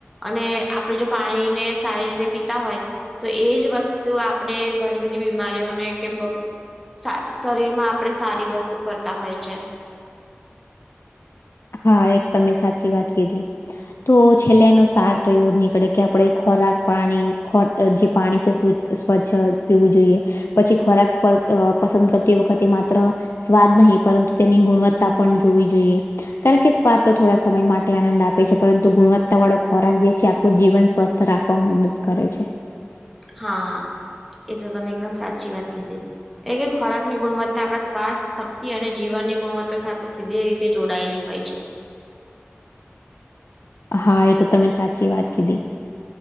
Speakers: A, in the centre; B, on the left.
A: અને આપડે પાણીને સારી રીતે પીતા હોય તો એજ વસ્તુ આપડે ઘણી બધી બીમારી ઓને કે બગ શ શરીર માં આપડે સારી વસ્તુ કરતા હોય છે.
B: હા એ તો તમે સાચી વાત કીધી. તો છેલ્લે એનો સાર તો એવો જ નીકળે કે આપડે ખોરાક પાણી ખો અહ જે પાણી છે શું તો સ્વચ્છ અહ પીવું જોઈએ પછી ખોરાક પર અહ પસંદ કરતી એ વખતે માત્ર સ્વાદ નહીં પરંતુ તેની ગુણવત્તા પણ જોવી જોઈએ. કારણ કે સ્વાદ તો થોડા સમય માટે આનંદ આપે છે પરંતુ ગુણવત્તા વાળો ખોરાક જે છે આખું જીવન સ્વસ્થ ત રાખવાવામાં મદદ કરે છે.
A: હા એ તો તમે એકદમ સાચી વાત કીધી. એ કે ખોરાકની ગુણવત્તા આપણા સ્વાસ્થ્ય શક્તિ અને જીવનની ગુણવત્તા સાથે સીધી રીતે જોડાયેલી હોય છે.
B: હા એ તો તમે સાચી વાત કીધી.